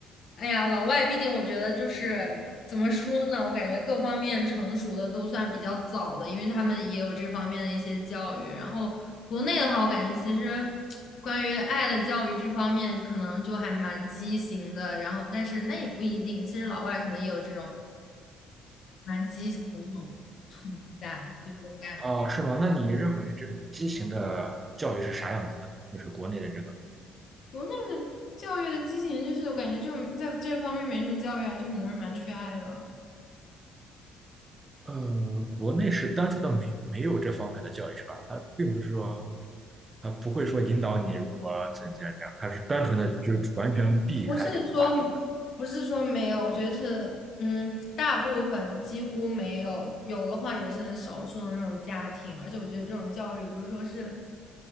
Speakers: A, on the left; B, on the right.
A: 哎呀，老外毕竟我觉得就是怎么说呢，我感觉各方面成熟的都算比较早的，因为他们也有这方面的一些教育。然后国内的话，我感觉其实关于爱的教育这方面可能就还蛮畸形的，然后但是那也不一定，其实老外可能也有这种蛮畸形的这种存在，对我感觉。
B: 啊，是吧？那你认为这种畸形的教育是啥样子的？就是国内的这个，
A: 我那个教育的畸形，就是我感觉就在这方面没什么教育啊，就很多人蛮缺爱的。
B: 呃，国内是单纯的没没有这方面的教育是吧？他并不是说。他不会说引导你如何怎样怎样，他是单纯的就是完全避开这个话题。
A: 不是说不是说没有，我觉得是嗯，大部分几乎没有，有的话也是很少数的那种家庭。而且我觉得这种教育不是说是